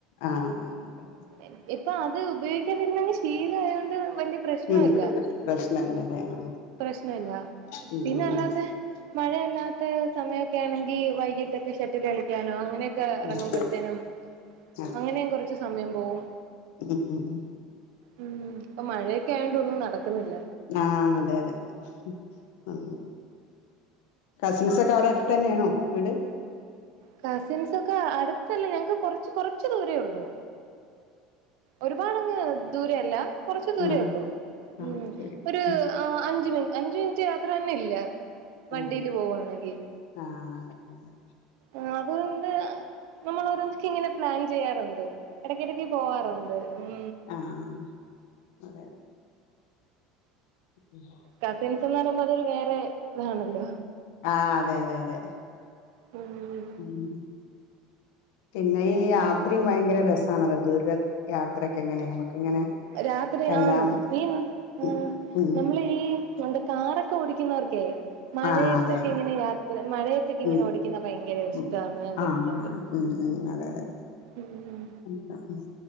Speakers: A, on the left; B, on the right.
A: ആഹ്
B: എൻ ഇപ്പൊ അത് അത് ഉപയോഗിക്കാതിരിന്നങ്ങ് ശീലായോണ്ട് വല്ലാ പ്രശ്നല്ല.
A: ഉം പ്രശ്നല്ലല്ലേ ആഹ്
B: പ്രശ്നല്ല.
A: ഉം
B: പിന്നെ
A: ഉം
B: അല്ലാത്തെ മഴയല്ലാത്തെ സമയൊക്കെ ആണെങ്കി വൈകീട്ടൊക്കെ ഷട്ടില് കളിക്കാ നോ അങ്ങനെയൊക്കെ ഇറങ്ങുമ്പഴത്തേനും
A: ഉം. ആ.
B: അങ്ങനെയും കൊറച്ച് സമയം പോവും.
A: ഉം ഉം
B: ഉം. ഇപ്പം മഴയൊക്കെ ആയോണ്ട് ഒന്നും നടക്കുന്നില്ല.
A: ആഹ് അതെ അതെ അതെ. ഉം കസിൻസൊക്കെ അവിടെ അടുത്ത് തന്നെയാണോ വീട്
B: കസിൻസൊക്കെ അടുത്തല്ല ഞങ്ങക്ക് കൊറച്ച് കൊറച്ച് ദൂരവേ ഉള്ളൂ ഒരുപാടങ്ങ് ദൂരം അല്ല കുറച്ച് ദൂരവേ
A: ആഹ്
B: ഉള്ളൂ ഉം
A: ആഹ് ശരി
B: ഒരു
A: ഉം
B: ആഹ് അഞ്ച് മിനി അഞ്ച് മിനിറ്റ് യാത്ര തന്നെ ഇല്ല വണ്ടിയില്
A: ആഹ്
B: പോവാണെങ്കിൽ
A: ആഹ് അതെ അതെ അതെ
B: ആഹ് അതുകൊണ്ട് നമ്മള് ഓരോന്നൊക്കെ ഇങ്ങനെ പ്ലാൻ ചെയ്യാറുണ്ട് എടക്കെടക്ക് പോവാറു ണ്ട് ഉം
A: ആഹ് ആഹ് അതെ അതെ ഉം
B: കസിൻസെന്ന് പറയുമ്പോ അതൊരു വേറെ ഇതാണല്ലോ
A: ആഹ് അതെ അതെ അതെ
B: ഉം
A: ഉം പിന്നെ ഈ യാത്രയും ഭയങ്കര രസാണല്ലോ ദീർഘ യാത്രയൊക്കെ ഇങ്ങനെ ഞമ്മക്ക് ഇങ്ങനെ
B: രാത്രി
A: എല്ലാം
B: ആന്ന് ഈ ആഹ്
A: ഉം ഉം
B: നമ്മള് ഈ എന്താ കാറൊക്കെ ഓടിക്കുന്നവർക്കേ മഴയത്തൊക്കെ
A: ആഹ് അതെ
B: ഇങ്ങനെ യാത്ര മഴയത്തൊക്കെ ഇങ്ങനെ
A: ഉം
B: ഓടിക്കുന്ന ഭയങ്കര ഇഷ്ടാന്ന്
A: ഉം
B: ഞാൻ കേട്ടിട്ടുണ്ട്
A: ആഹ് ഉം ഉം അതെ അതെ
B: ഉം
A: ഉം ആഹ് ഉം